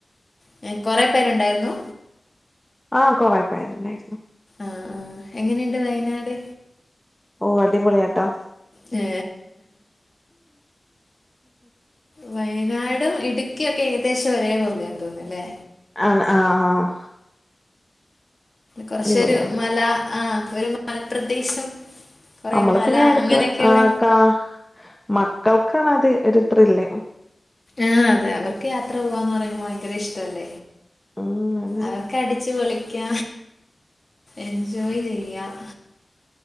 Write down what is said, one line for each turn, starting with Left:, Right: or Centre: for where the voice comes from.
Left: ആഹ് <unintelligible> കുറേ പേരുണ്ടായിരുന്നു
Centre: ആഹ് കൊറേപേരിണ്ടായിരുന്നു
Left: ആഹ് ആഹ് എങ്ങനെയിണ്ട് വയനാട്
Centre: ഓ അടിപൊളി ആട്ടെ
Left: ഏ വയനാടും ഇടുക്കിയും ഒക്കെ ഏകദേശം ഒരേപലെയാന്ന് തോന്നൂല്ലേ
Centre: ആഹ് ആഹ് ആഹ്
Left: കുറച്ചൊരു
Centre: അടിപൊളിയാ
Left: മല ആഹ് ഒരു മലപ്രദേശം കുറേ
Centre: നമ്മള്
Left: മല
Centre: പിന്നെ എടുക്ക
Left: അങ്ങനെയൊക്കെയുള്ള
Centre: ആ കാ മക്കൾ കാണാതെ ഒരു ത്രില്ല്
Left: ആഹ് അതെ അവർക്ക് യാത്ര പോവാന്ന് പറയുമ്പോൾ ഭയങ്കര ഇഷ് ഇഷ്ട്ടല്ല
Centre: ഉം അതന്നെ
Left: അവർക്ക് അടിച്ചു പൊളി ക്ക്യ എൻജോയ് ചെയ്യാം